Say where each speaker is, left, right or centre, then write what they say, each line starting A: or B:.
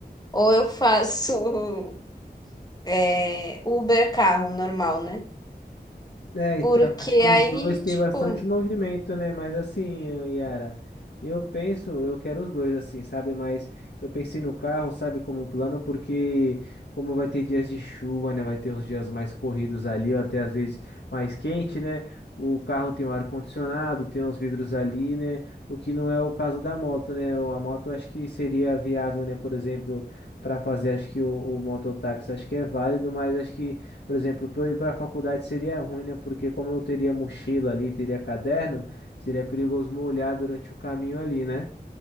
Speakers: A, on the left; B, on the left.
A: Ou eu faço é, Uber carro normal, né?
B: É, então,
A: Porque
B: acho que os
A: aí,
B: dois têm
A: tipo,
B: bastante movimento, né? Mas assim, Yara, eu penso, eu quero os dois, assim, sabe? Mas eu pensei no carro, sabe, como plano, porque como vai ter dias de chuva, né? Vai ter uns dias mais corridos ali, ou até às vezes mais quente, né? O carro tem o ar-condicionado, tem os vidros ali, né? O que não é o caso da moto, né? A moto acho que seria viável, né? Por exemplo, para fazer, acho que o, o mototáxi acho que é válido, mas acho que por exemplo, para eu ir para a faculdade seria ruim, né? Porque como eu teria mochila ali, teria caderno, seria perigoso me olhar durante o caminho ali, né?